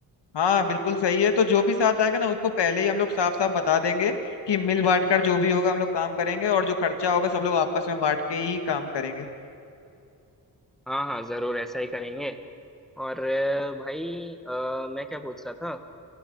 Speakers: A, on the left; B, in the centre.
A: हाँ बिल्कुल सही है तो जो भी साथ आएगा ना उसको पहले ही हम लोग साफ साफ बता देंगे कि मिल बांट कर जो भी होगा हम लोग काम करेंगे और जो खर्चा होगा सब लोग आपस में बांट के ही काम करेंगे
B: हाँ हाँ जरूर ऐसा ही करेंगे और अ, भाई अ, मैं क्या पूछ रहा था